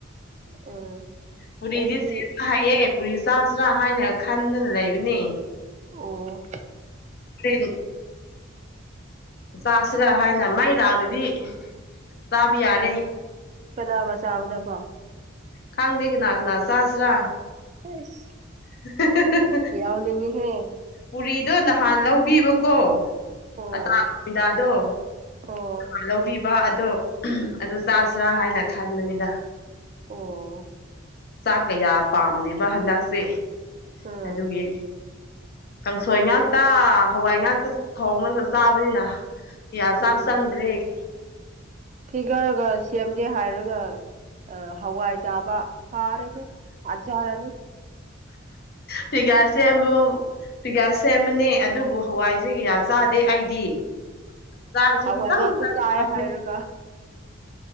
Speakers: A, on the right; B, on the left.
A: ꯎꯝ
B: ꯄꯨꯔꯤꯗꯤ
A: ꯑꯩꯗꯤ
B: ꯆ ꯍꯥꯏꯌꯦ ꯄꯨꯔꯤ ꯆꯥꯁꯤ꯭ꯔꯥ ꯍꯥꯏꯅ ꯈꯟꯗꯅ ꯂꯩꯕꯅꯦ
A: ꯑꯣ
B: ꯑꯗꯨ ꯆꯥꯁꯤꯔ ꯍꯥꯏꯅ ꯃꯥꯏ ꯂꯥꯛꯂꯗꯤ ꯆꯥꯕ ꯌꯥꯔꯦ
A: ꯀꯗꯥ ꯀ ꯆꯥꯒꯗ ꯄꯥꯎ
B: ꯀꯥꯡꯪꯗ ꯀꯅꯥꯒꯅꯥ ꯆꯥꯁ꯭ꯔꯥ
A: ꯑꯁ
B: <unintelligible>
A: ꯌꯥꯎꯅꯤꯡꯉꯤꯍꯦ
B: ꯄꯨꯔꯤꯗꯣ ꯅꯍꯥꯟ ꯂꯧꯕꯤꯕꯀꯣ
A: ꯑꯣ
B: ꯑꯇꯥꯒꯃꯤꯗꯥꯗꯣ
A: ꯑꯣ
B: ꯑ ꯂꯧꯕꯤꯕ ꯑꯗꯣ ꯑꯗꯨ ꯆꯥꯁꯤ꯭ꯔꯥ ꯍꯥꯏꯅ ꯈꯟꯕꯅꯤꯗ
A: ꯑꯣ
B: ꯆꯥꯛ ꯀꯌꯥ ꯄꯥꯝꯗꯦꯕ ꯍꯟꯗꯛꯁꯦ
A: ꯎꯝ
B: ꯑꯗꯨꯒꯤ ꯀꯥꯡꯁꯣꯏ ꯉꯥꯛꯇ ꯍꯋꯥꯏ ꯉꯥꯛꯇ ꯊꯣꯡꯉꯒ ꯆꯥꯕꯅꯤꯅ ꯤ ꯁꯥꯒ
A: ꯎꯝ
B: ꯁꯪꯗ꯭ꯔꯦ ꯍ
A: ꯐꯤꯒꯔꯒ ꯁꯦꯝꯒꯦ ꯍꯥꯏꯔꯒ ꯑ ꯍꯋꯥꯖꯥꯕ ꯍꯥꯥꯔꯦ ꯑꯖꯔꯅꯤ
B: ꯐꯤꯒꯁꯦ ꯌꯥꯝꯕ ꯄꯤꯀꯥ ꯁꯦꯝꯕꯅꯦ ꯑꯗꯨꯕꯨ ꯍꯋꯥꯏꯁꯦ ꯀꯩꯌꯥ ꯆꯥꯗꯦ ꯑꯩꯗꯤ ꯆꯥꯔꯁꯨ
A: ꯍꯋꯥꯏꯒꯥꯛꯇ
B: ꯈꯤꯇꯪ ꯈꯤꯇꯪ
A: ꯆꯥꯏ ꯍꯥꯏꯔꯒ